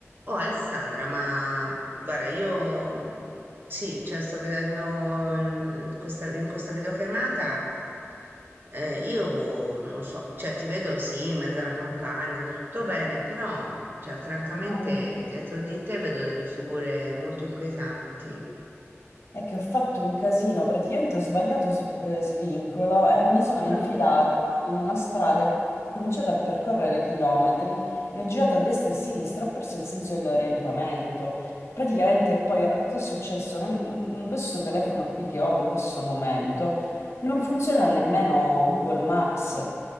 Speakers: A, on the right; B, on the left.
A: Oh Alessandra, ma guarda, io mm, sì, cioè sto vedendo il- questa, in questa videochiamata, eh, io non lo so, cioè ti vedo sì, in mezzo alla campagna, tutto bene, però cioè, francamente
B: No,
A: dietro di te vedo delle figure molto inquietanti.
B: è che ho fatto un casino, praticamente ho sbagliato s- eh, svincolo e mi sono
A: Mm,
B: infilata in una strada, e ho cominciato a percorrere chilometri e ho girato a destra e a sinistra, ho perso il senso dell'orientamento. Praticamente
A: mm,
B: poi ora cosa è successo nel- in in questo telefono qui che ho in questo momento? Non funziona nemmeno Google Maps,